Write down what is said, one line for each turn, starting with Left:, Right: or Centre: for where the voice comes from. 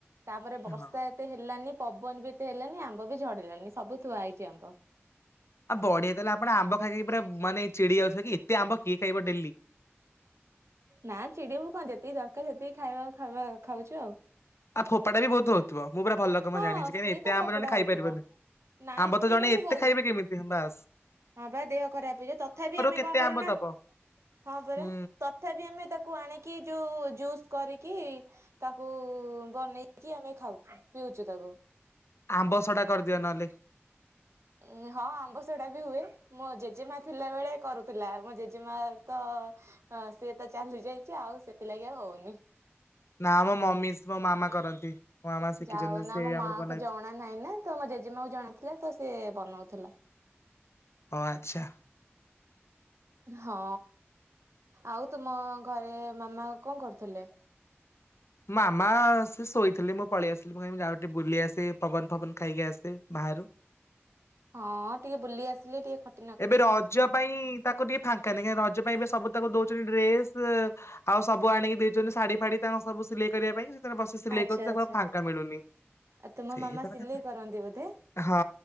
Right: ତା'ପରେ ବର୍ଷା
Left: ହଁ
Right: ଏତେ ହେଲାନି, ପବନ ବି ଏତେ ହେଲାନି, ଆମ୍ବ ବି ଝଡ଼ିଲାନି। ସବୁ ଥୁଆ ହେଇଛି ଆମ୍ବ।
Left: ଆ ବଢିଆ ତା, ହେଲେ ଆପଣ ଆମ୍ବ ଖାଇ ଖାଇ ପୁରା ମାନେ ଚିଡି ଯାଉଥିବେ କି, ଏତେ ଆମ୍ବ କିଏ ଖାଇବ ଡେଲି?
Right: ନା ଚିଡିିବୁ କଣ? ଯେତିକି ଦରକାର ସେତିକି ଖାଇବା ଖାଇବା ଖାଉଛୁ ଆଉ।
Left: ଆଉ ଫୋପଡ଼ା ବି ବହୁତ ହଉଥିବ ମୁ ପୁରା ଭଲ ରକମ
Right: ହଁ
Left: ଜଣିଛି କାହିଁକି
Right: ସିଏ
Left: ନା ଏତେ
Right: ତ ଫପଡା
Left: ଆମ୍ୱ ଜଣେ ଖାଇପାରିବନି।
Right: ହଉଥିବ ନାଇଁ
Left: ଆମ୍ବ ତ ଜଣେ
Right: କେମିତି
Left: ଏତେ
Right: ଖାଇବୁ।
Left: ଖାଇବେ କେମିତି ହଁ ବାସ।
Right: ହଁ ବା ଦେହ ଖରାପ ହେଇଯିବ ତଥାପି ଆମେ
Left: କେତେ
Right: କଁ କରୁନା
Left: ଆମ୍ବ ଦବ
Right: ହଁ ପରା
Left: ହୁଁ
Right: ତ ତଥାପି ଆମେ ତାକୁ ଆଣିକି ଯୋଉ ଜୁସ୍ କରିକି। ତାକୁ ବନେଇକି ଆମେ ଖାଉଚୁ ପିଉଛୁ ତାକୁ।
Left: ଆମ୍ବ ସଡା କରିଦିଅ ନହେଲେ।
Right: ଉଁ ହଁ ଆମ୍ବ ସଡ଼ା ବି ହୁଏ। ମୋ ଜେଜେମା ଥିଲା ବେଳେ କରୁଥିଲା ଆଉ ମୋ ଜେଜେ ମା ଏବେ ତ। ହଁ ସିଏ ତ ଚାଲି ଯାଇଛି ଆଉ ସେଥିଲାଗି ଆଉ ହଉନି।
Left: ନା ମୋ ମମି ସ ମୋ ମାମା କରନ୍ତି। ମୋ ମାମା ଶିଖିଛନ୍ତି
Right: ଯା ହଉ ନା‌
Left: ସେ
Right: ମୋ
Left: ଆମର
Right: ମା
Left: ବନାଇଛି
Right: କୁ ଜଣା ନାହିଁ ନା ତ ମୋ ଜେଜେମା କୁ ଜଣା ଥିଲା ତ ସିଏ ବନଉଥିଲା।
Left: ଓ ଆଚ୍ଛା।
Right: ହଁ ଆଉ ତମ ଘରେ ମାମା କଣ କରୁଥିଲେ?
Left: ମାମା ସେ ଶୋଇଥିଲେ ମୁଁ ପଳେଇ ଆସିଲି। ମୁଁ କହିଲି ମୁଁ ଯାଉଚି ଟିକେ ବୁଲି ଆସେ ପବନ ଫବନ ଖାଇକି ଆସେ ବାହାରୁ।
Right: ହଁ ଟିକେ ବୁଲି ଆସିଲେ ଟିକେ ଖ
Left: ଏବେ ରଜ ପାଇଁ ତାକୁ ଟିକେ ଫାଙ୍କା ନାଇ କାଇଁ ରଜ ପାଇଁ ଏବେ ସବୁ ତାକୁ ଦଉଛନ୍ତି ଡ୍ରେସ। ଆଉ ସବୁ ଆଣିକି ଦେଇଛନ୍ତି ଶାଢୀ ଫାଢୀ ତାଙ୍କର ସବୁ ସିଲେଇ କରିବା ପାଇଁ ସିଏ ତାର ବସି ସିଲେଇ
Right: ଆଚ୍ଛା
Left: କରୁଛି ତାକୁ
Right: ଆଚ୍ଛା।
Left: ଫାଙ୍କା ମିଳୁନି।
Right: ଆଉ ତୁମ
Left: ସେଇ
Right: ମାମା
Left: କଥା
Right: ସିଲେଇ
Left: କେତେ
Right: କରନ୍ତି ବୋଧେ
Left: ହଁ